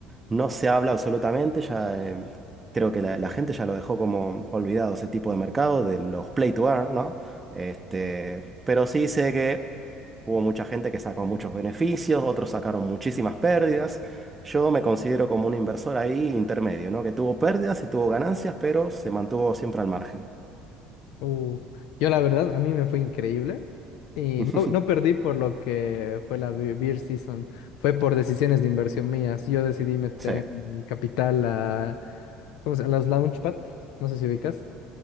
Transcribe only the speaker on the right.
no se habla absolutamente. Ya, eh, creo que la, la gente ya lo dejó como olvidado ese tipo de mercado, de los play to earn, ¿no? Este, pero sí sé que. Hubo mucha gente que sacó muchos beneficios, otros sacaron muchísimas pérdidas. Yo me considero como un inversor ahí intermedio, ¿no? Que tuvo pérdidas y tuvo ganancias, pero se mantuvo siempre al margen.
<laughs>
Sí,